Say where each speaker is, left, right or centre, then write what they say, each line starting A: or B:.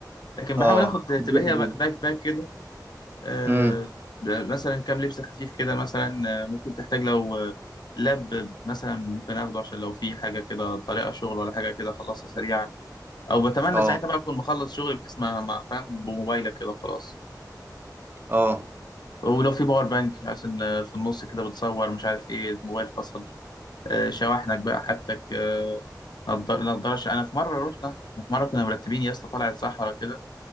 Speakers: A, on the left; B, on the right.
A: لكن بحاول
B: اه
A: اخد تبقى
B: دي
A: هي
B: حقيقة
A: باك باك كده آه
B: امم
A: ب- مثلا كام لبسه خفيف كده مثلا آه، ممكن تحتاج لو آه، لاب مثلا ممكن اخده عشان لو في حاجه كده طريقه شغل ولا حاجه كده اخلصها سريعا او بتمنى
B: اه
A: ساعتها بقى اكون مخلص شغل بحيث ما ما فاهم بموبايلك كده وخلاص
B: اه
A: ولو في باور بانك عشان آه، في النص كده بتصور مش عارف ايه الموبايل فصل آه، شواحنك بقى حاجتك آه، نضار نضارش انا في مره رحنا احنا في مره كنا مرتبين يا اسطى طلعت صحرا كده